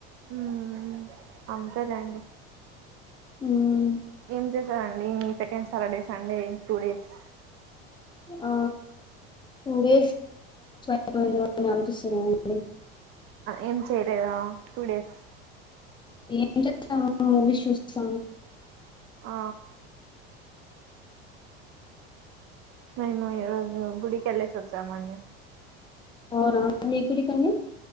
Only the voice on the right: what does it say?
హ్మ్ అంతేలేండి
ఏం చేస్తూ అండి second Saturday Sunday two days
ఏం చేయలేదా టూ డేస్
ఆ మేము ఈరోజు గుడికెళ్ళేసి వచ్చామండి